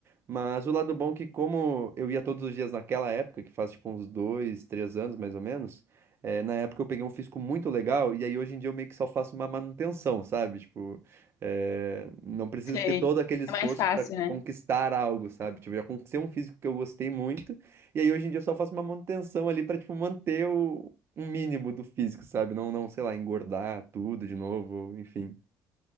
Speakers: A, on the right (about 45°); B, on the left (about 70°).
A: Mas o lado bom é que como eu ia todos os dias naquela época, que faz tipo uns dois, três anos mais ou menos, é, na época eu peguei um físico muito legal e aí hoje em dia eu meio que só faço uma manutenção, sabe? Tipo, é, não preciso
B: sei.
A: ter todo aquele esforço
B: É mais fácil,
A: para
B: né?
A: conquistar algo, sabe? Tipo, eu já conquistei um físico que eu gostei muito, e aí hoje em dia eu só faço uma manutenção ali para tipo manter o um mínimo do físico, sabe? Não, não, sei lá, engordar tudo de novo, enfim.